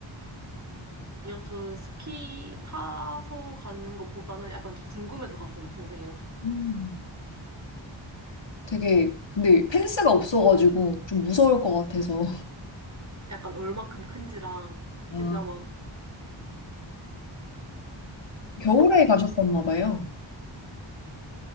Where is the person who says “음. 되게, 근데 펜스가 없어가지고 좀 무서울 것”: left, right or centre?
Left